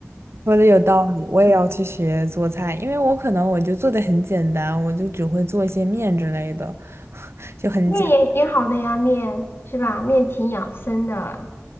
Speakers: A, on the right; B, on the left.
A: 说的有道理，我也要去学做菜，因为我可能我就做的很简单，我就只会做一些面之类的，<laughs> 就很简，
B: 面也挺好的呀，面是吧？面挺养生的。